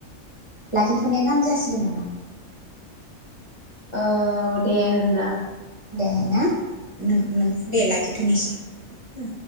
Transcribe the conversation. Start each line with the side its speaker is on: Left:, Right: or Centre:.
Right: लाखिथनाया गाहाम जासिगोन नामा
Left: औ दे होनब्ला।
Right: देना। नों नों दे ला <inaudible>
Left: ए।